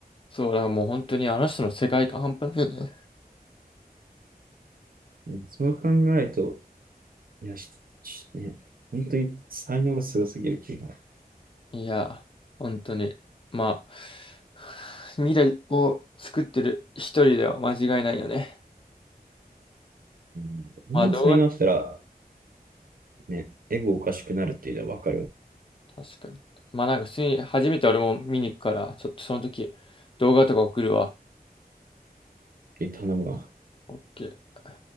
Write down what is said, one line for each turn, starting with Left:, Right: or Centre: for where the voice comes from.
Left: そう、だからもう本当にあの人の世界観半端ないよね。
Right: ー。うんそう考えると、いや、し、しね、本当に才能がすごすぎる気が。
Left: いや、本当に。まあ、<sighs> 未来を作ってる一人では間違いないよね。
Right: うん、あんな才能あったら、
Left: まあ動画、
Right: ね、エゴおかしくなるっていうのはわかるわ。
Left: 確かに。まあなんか普通に初めて俺も見に行くから、ちょっとその時動画とか送るわ。
Right: 頼むわ。
Left: OK。